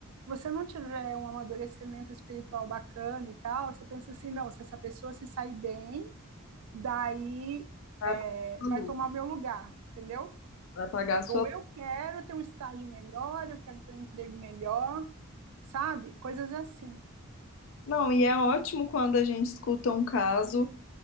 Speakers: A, on the right (about 85°); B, on the left (about 60°).
A: você não tiver um amadurecimento espiritual bacana e tal, você pensa assim, não, se essa pessoa se sair bem, daí
B: apagar
A: é,
B: a sua
A: vai
B: luz,
A: tomar meu lugar, entendeu?
B: vai apagar a sua.
A: Ou eu quero ter um estágio melhor, eu quero ter um emprego melhor, sabe? Coisas assim.
B: Não, e é ótimo quando a gente escuta um caso